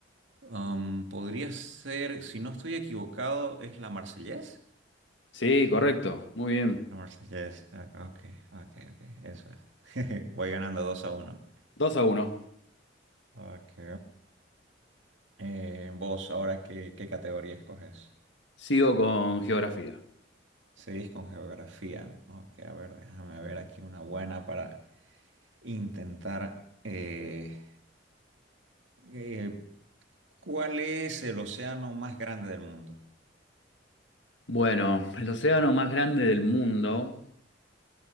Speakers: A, on the right; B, on the left.
A: Am, podría ser, si no estoy equivocado, ¿es la Marsellesa?
B: Sí, correcto. Muy bien.
A: La Marsellesa, ok, ok, ok, ok, eso es. <laughs> Voy ganando 2 a uno.
B: dos a uno
A: Ok. Eh, vos, ahora, ¿qué, qué categoría escoges?
B: Sigo con geografía.
A: Seguís con geografía. Ok, a ver, déjame ver aquí una buena para intentar. eh, Eh, ¿cuál es el océano más grande del mundo?
B: Bueno, el océano más grande del mundo.